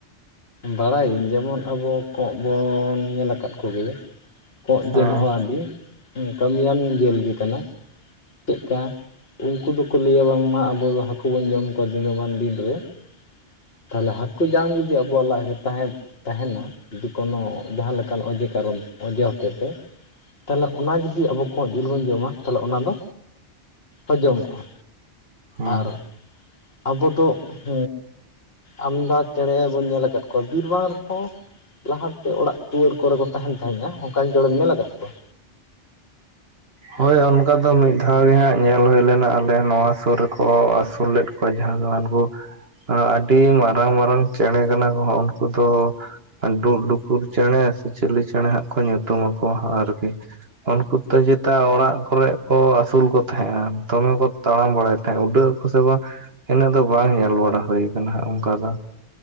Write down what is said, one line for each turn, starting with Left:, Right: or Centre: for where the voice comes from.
Left: ᱵᱟᱲᱟᱭᱟᱹᱧ ᱡᱮᱢᱚᱱ ᱟᱵᱚ ᱠᱚᱸᱜ ᱵᱚᱻᱱ ᱧᱮᱞ ᱟᱠᱟᱫ ᱠᱚᱜᱮᱭᱟ ᱾ ᱠᱚᱸᱜ ᱡᱤᱞ
Right: ᱦᱮᱸ
Left: ᱦᱚᱸ ᱟᱹᱰᱤ ᱠᱟᱹᱢᱤᱭᱟᱱ ᱡᱤᱞ ᱜᱮ ᱠᱟᱱᱟ ᱪᱮᱫᱠᱟ ᱩᱱᱠᱩ ᱫᱚᱠᱚ ᱞᱟᱹᱭᱟ ᱵᱟᱝᱢᱟ ᱟᱵᱚ ᱫᱚ ᱦᱟᱹᱠᱩ ᱵᱚᱱ ᱡᱚᱢ ᱠᱚᱣᱟ ᱫᱤᱱᱟᱹᱢᱟᱱ ᱫᱤᱱ ᱨᱮ ᱾ ᱛᱟᱦᱞᱮ ᱦᱟᱹᱠᱩ ᱡᱟᱝ ᱡᱩᱫᱤ ᱟᱵᱚᱣᱟᱜ ᱞᱟᱡ ᱨᱮ ᱛᱟᱦᱮᱸᱱ ᱛᱟᱦᱮᱱᱟ ᱡᱩᱫᱤ ᱠᱚᱱᱚ ᱡᱟᱦᱟᱸ ᱞᱮᱠᱟᱱ ᱚᱡᱮ ᱠᱟᱨᱚᱱ ᱚᱡᱮ ᱦᱚᱛᱮᱫ ᱛᱮ ᱛᱟᱦᱚᱞᱮ ᱚᱱᱟ ᱡᱩᱫᱤ ᱟᱵᱚ ᱠᱚᱸᱜ ᱡᱤᱞ ᱵᱚᱱ ᱡᱚᱢᱟ ᱛᱟᱦᱚᱞᱮ ᱚᱱᱟ ᱫᱚ ᱦᱚᱡᱚᱢᱚᱜᱼᱟ ᱾
Right: ᱦᱮᱸ
Left: ᱟᱨ ᱟᱵᱚ ᱫᱚ ᱞ ᱟᱞᱫᱟ ᱪᱮᱬᱮ ᱵᱚᱱ ᱧᱮᱞᱮᱫ ᱠᱚᱣᱟ᱾ ᱠᱚᱣᱟ ᱡᱤᱞ ᱵᱟᱝ ᱨᱮᱦᱚᱸ ᱞᱟᱦᱟᱛᱮ ᱚᱲᱟᱜ ᱫᱩᱣᱟᱹᱨ ᱠᱚᱨᱮ ᱠᱚ ᱛᱟᱦᱮᱱ ᱛᱟᱦᱮᱸᱡ-ᱟ ᱚᱱᱠᱟᱱ ᱡᱚᱲᱮᱢ ᱧᱮᱞ ᱟᱠᱟᱫ ᱠᱚᱣᱟ?
Right: ᱦᱚᱭ ᱚᱱᱠᱟ ᱫᱚ ᱢᱤᱫ ᱫᱷᱟᱣ ᱜᱮ ᱦᱟᱸᱜ ᱧᱮᱞ ᱦᱩᱭ ᱞᱮᱱᱟ ᱟᱞᱮ ᱱᱚᱣᱟ ᱥᱩᱨ ᱨᱮᱠᱚ ᱟᱹᱥᱩᱞ ᱞᱮᱫ ᱡᱟᱦᱟᱸ ᱫᱚ ᱦᱟᱱᱠᱩ ᱟᱹᱰᱤ ᱢᱟᱨᱟᱝ- ᱢᱟᱨᱟᱝ ᱪᱮᱬᱮ ᱠᱟᱱᱟ ᱠᱚᱦᱚᱸ ᱩᱱᱠᱩ ᱫᱚ ᱰᱩᱜᱼᱰᱩᱠᱩᱨ ᱪᱮᱬᱮ ᱥᱮ ᱪᱤᱞᱤ ᱪᱮᱬᱮ ᱦᱟᱸᱜ ᱠᱚ ᱧᱩᱛᱩᱢ ᱟᱠᱚᱣᱟ ᱦᱟᱸ ᱟᱨᱠᱤ ᱾ ᱩᱱᱠᱩ ᱛᱮᱜᱮᱫ ᱛᱚ ᱚᱲᱟᱜ ᱠᱚᱨᱮᱜ ᱠᱚ ᱟᱹᱥᱩᱞ ᱠᱚ ᱛᱟᱦᱮᱸᱜᱼᱟ ᱫᱚᱢᱮ ᱠᱚ ᱛᱟᱲᱟᱢ ᱵᱟᱲᱟᱭᱮᱫ ᱛᱟᱦᱮᱸᱜᱫ ᱾ ᱩᱰᱟᱹᱜ ᱟᱠᱚ ᱥᱮ ᱵᱟᱝ ᱤᱱᱟᱹᱜ ᱫᱚ ᱵᱟᱝ ᱧᱮᱞ ᱵᱟᱲᱟ ᱦᱩᱭ ᱟᱠᱟᱱᱟ ᱦᱟᱸᱜ ᱚᱱᱠᱟ ᱫᱚ ᱾